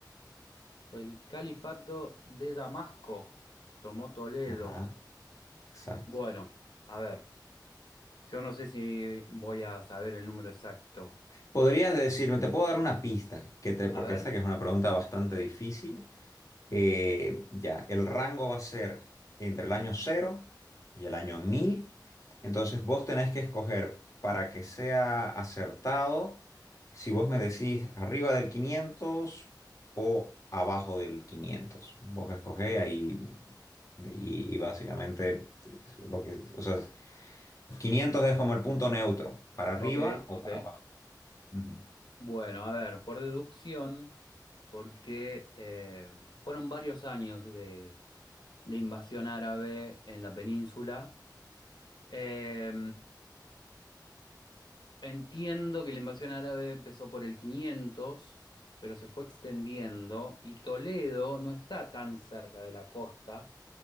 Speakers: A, on the left; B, on the left.
A: el califato de Damasco tomó Toledo.
B: Ajá, exacto.
A: Bueno, a ver, yo no sé si voy a saber el número exacto.
B: Podrías decirme, te puedo dar una pista, que te, porque
A: A ver,
B: esa que es una pregunta bastante difícil. Eh, ya, el rango va a ser entre el año cero y el año 1000. Entonces vos tenés que escoger para que sea acertado si vos me decís arriba del 500 o abajo del quinientos, Vos escogés ahí y, y básicamente lo que, o sea, 500 es como el punto neutro, para arriba
A: ok, ok.
B: o para abajo. Ujú.
A: Bueno, a ver, por deducción, porque eh, fueron varios años de, de invasión árabe en la península. Eh, entiendo que la invasión árabe empezó por el 500, pero se fue extendiendo y Toledo no está tan cerca de la costa,